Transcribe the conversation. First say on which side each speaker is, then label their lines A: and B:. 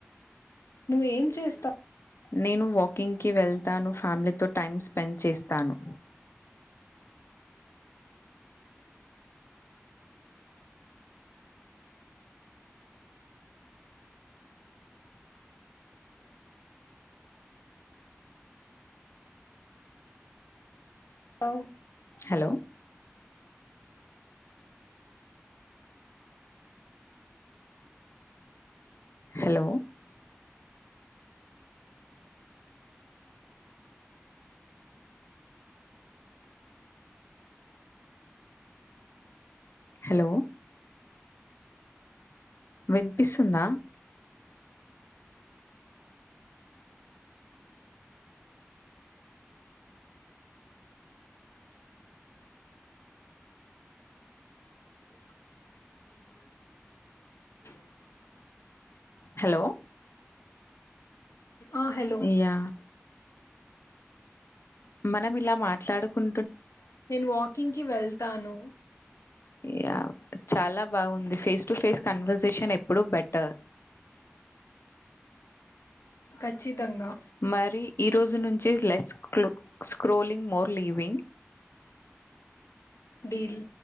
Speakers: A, on the left; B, on the left.
A: నువ్వేం చేస్తా
B: నేను వాకింగ్కి వెళ్తాను ఫ్యామిలీతో టైం స్పెండ్ చేస్తాను
A: అ
B: హలో హలో హలో వినిపిస్తుందా
A: అ రా
B: హలో
A: ఆ హలో
B: యాహ్! మనం ఇలా మాట్లాడుకుం
A: నేను వాకింగ్ కి వెళ్తాను
B: య చాలా బాగుంది ఫేస్ టు ఫేస్ కన్వర్సేషన్ ఎప్పుడు బెటర్
A: కచ్చితంగా
B: మరి ఈ రోజు నుంచి less clue scrolling more living
A: deal